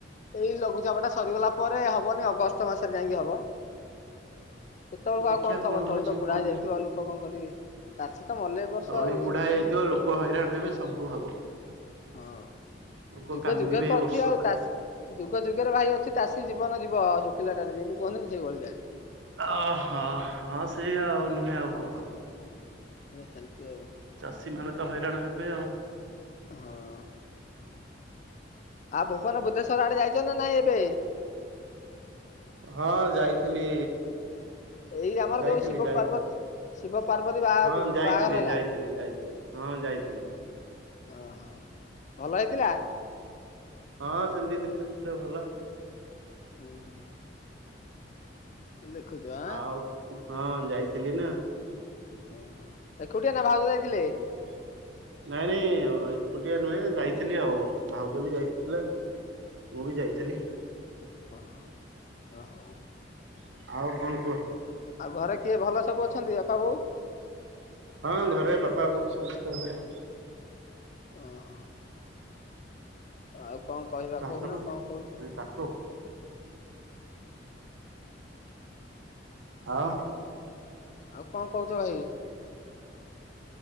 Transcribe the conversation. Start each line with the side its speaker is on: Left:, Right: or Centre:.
Left: ଏଇ ଲଘୁଚାପ ଟା ସରିଗଲା ପରେ ହବନି। ଅଗଷ୍ଟ ମାସରେ ଯାଇକି ହବ। ସେତେବେଳକୁ
Right: ସେ ଦେଖିବା
Left: ଆଉ କଣ ଥବ ତଳି
Right: ହଉଛି
Left: ତ ବୁଢା
Right: କଣ
Left: ହେଇଯାଇଥିବ
Right: ନାହିଁ।
Left: ଲୋକ କଣ କରିବେ? ତ ମଲେ ଏ ବର୍ଷ
Right: ତଳି
Left: ଆଉ ଯେମିତି
Right: ବୁଢା ହେଇ
Left: କୁହନ୍ତିନି
Right: ଯାଇଥିବ ଲୋକ ହଇରାଣ ହେବେ ସବୁ ହବ।
Left: ହଁ।
Right: ଲୋକ
Left: ଯୁଗ
Right: କାନ୍ଦିବେ
Left: ଯୁଗ ତ
Right: ଏ ବର୍ଷ
Left: ଅଛି ଆଉ
Right: ଟା।
Left: ତାସ ଯୁଗ ଯୁଗରେ ଭାଇ ଅଛି ଚାଷୀ ଜୀବନ ଯିବ ଶୁଖିଲା ଟାରେ ଯେମିତି କୁହନ୍ତିନି ସେଇ ଭଳିିକା।
Right: ଅହ ହଁ ସେଇଆ ଆଉ ନୁହେଁ ଆଉ କଣ?
Left: ଚାଲିଛି ଆଉ
Right: ଚାଷୀ ମାନେ ତ ହଇରାଣ ହେବେ ଆଉ।
Left: ହଁ ଆଉ ଭୁବନ ବୁଧେଶ୍ଵର ଆଡେ ଯାଇଛ ନା ନାଇଁ ଏବେ?
Right: ହଁ ଯାଇଥିଲି।
Left: ଏଇ ଆମର
Right: ଯାଇଥିଲି
Left: ଯୋଉ ଶିବ
Right: ଯାଇଥିଲି
Left: ପାର୍ବତୀ ଶିବ ପାର୍ବତୀ ବାହା
Right: ହଁ ଯାଇଥିଲି
Left: ବାହାଘର ହେଲା
Right: ଯାଇଥିଲି ଯାଇଥିଲି ହଁ। ଯାଇଥିଲି।
Left: ଓହୋ ଭଲ ହେଇଥିଲା?
Right: ହଁ ସେମତି ଦୁଃଖେ ଶୁଖେ ଭଲ।
Left: ହୁ ହୁ। ଲେଖୁଛୁ ଆଁ।
Right: ଆଉ ହଁ ଯାଇଥିଲି ନା।
Left: ଓହୋ ଏକୁଟିଆ ନା ଭାଉଜ ଯାଇଥିଲେ?
Right: ହ ନାଇଁ ନାଇଁ ଏକୁଟିଆ ନୁହେଁ, ଯାଇଥିଲି ଆଉ ଭାଉଜ ବି ଯାଇଥିଲେ। ମୁଁ ବି ଯାଇଥିଲି।
Left: ହ ଓ ହଉ।
Right: ଆଉ କଣ କୁହ?
Left: ଆଉ ଘରେ କିଏ ଭଲ ସବୁ ଅଛନ୍ତି ବାପା ବୋଉ?
Right: ହଁ ଘରେ ବାପା ବୋଉ ସମସ୍ତେ ଭଲ।
Left: ଓହୋ ଆଉ କଣ କହିବା
Right: ତୋ ହାତ
Left: କହୁନା କଣ କହୁଚ?
Right: ଟାଟୁ ଆଉ
Left: ଆଉ କଣ କୋହୁଚ ଭାଇ?